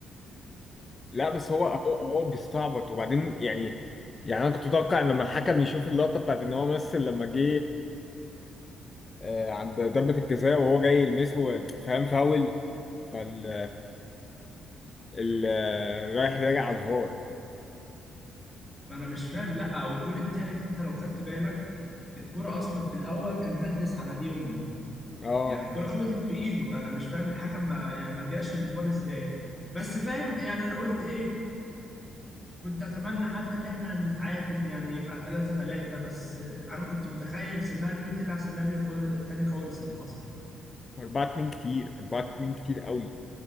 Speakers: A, on the left (about 30°); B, in the centre.
A: لا بس هو هو هو بيستعبط وبعدين يعني يعني انا كنت متوقع ان لما الحكم يشوف اللقطه بتاعت ان هو مثل لما جه آه، عند ضربه الجزاء وهو جاي يلمسه فاهم فاول فال ال- آه، رايح راجع على الفار
B: ما انا مش فاهم لا والجون التالت انت لو خدت بالك الكرة اصلا في الاول كان هندس على دي يونج
A: اه
B: يعني الكرة خبطت في ايده انا مش فاهم الحكم ما يعني ما رجعش الفار ازاي بس فاهم يعني انا قلت ايه كنت اتمنى حتى اللي احنا نتعادل يعني يبقى 3 3 بس انا كنت متخيل سيناريو طلع سيناريو خالص تاني خالص اللي حصل
A: 4 2 كتير 4 2 كتير قوي